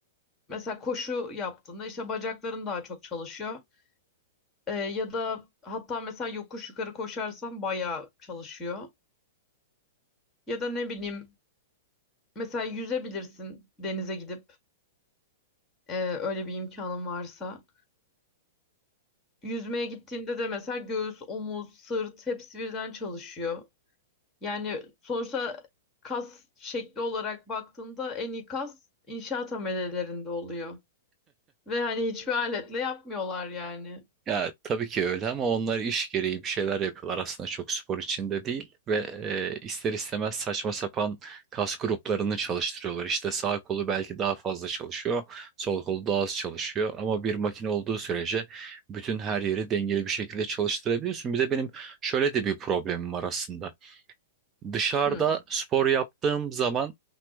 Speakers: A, on the left; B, on the right.
A: Mesela koşu yaptığında işte bacakların daha çok çalışıyor. Ee, ya da hatta mesela yokuş yukarı koşarsan bayağı çalışıyor. Ya da ne bileyim Mesela yüzebilirsin denize gidip e, öyle bir imkanın varsa. Yüzmeye gittiğinde de mesela göğüs, omuz, sırt hepsi birden çalışıyor. Yani sonuçta kas şekli olarak baktığında en iyi kas inşaat amelelerinde oluyor. Ve hani hiçbir aletle yapmıyorlar yani.
B: Ya tabii ki öyle ama onlar iş gereği bir şeyler yapıyorlar aslında çok spor içinde değil ve e, ister istemez saçma sapan kas gruplarını çalıştırıyorlar. İşte sağ kolu belki daha fazla çalışıyor, sol kolu daha az çalışıyor ama bir makine olduğu sürece bütün her yeri dengeli bir şekilde çalıştırabiliyorsun. Bir de benim şöyle de bir problemim var aslında. Dışarıda
A: Hı.
B: spor yaptığım zaman